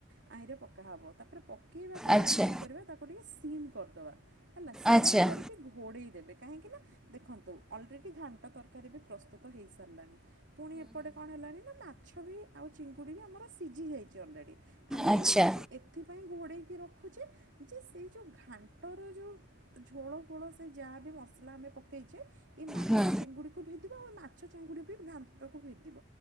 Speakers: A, on the right (about 80°); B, in the centre.
A: ତାହିଁରେ ପକା ହବ ତାପରେ ପକ୍ ପକେଇବା ପରେ
B: ଆଚ୍ଛା
A: ଆମେ କଣ କରିବା ତାକୁ ଟିକେ ସିମ୍ କରିଦବା ହେଲା ସିମ୍
B: ଆଚ୍ଛା
A: କି ଘୋଡେଇ ଦେବେ କାହିଁକି ନା ଦେଖନ୍ତୁ ଅଲ୍‌ରେଡ୍ଡି ଘାଣ୍ଟ ତରକାରୀ ବି ପ୍ରସ୍ତୁତ ହେଇସାରିଲାଣି। ପୁଣି ଏପଟେ କଣ ହେଲାଣି ନା ମାଛ ବି ଆଉ ଚିଙ୍ଗୁଡି ବି ଆମର ସିଜି ଯାଇଚି ଅଲରେଡି। ଆମେ
B: ଆଚ୍ଛା
A: ଖାଲି ତାକୁ ଏଥିପାଇଁ ଘୋଡେଇକି ରଖୁଚେ ଯେ ସେଇ ଯଉ ଘାଣ୍ଟର ଯଉ ଝୋଳ ଫୋଳ ସେ ଯାହା ବିି ମସଲା ଆମେ ପକେଇଚେ ଏ ମାଛ
B: ହୁଁ
A: ଚିଙ୍ଗୁଡି କୁ ଭେଦିବ ଆଉ ମାଛ ଚିଙ୍ଗୁଡି ବି ଘାଣ୍ଟ କୁ ଭେଦିବ